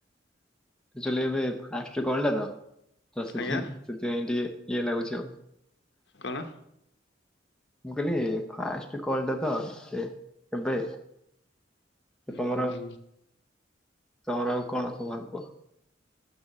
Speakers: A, in the centre; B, on the left.
A: ଆକ୍‌ଚ୍ବାଲି ଏବେ ଫାଷ୍ଟ କଲ ଟା ତ ତ ସେଥି
B: ଆଜ୍ଞା
A: ସେଥିପାଇଁ ଟିକେ ଇଏ ଲାଗୁଛି ଆଉ।
B: କଣ?
A: ମୁଁ କହିଲି ଫାଷ୍ଟ କଲଟା ତ ଏ ଏବେ
B: ହୁଁ
A: ତମର ତମର ଆଉ କଣ ଖବର କୁହ?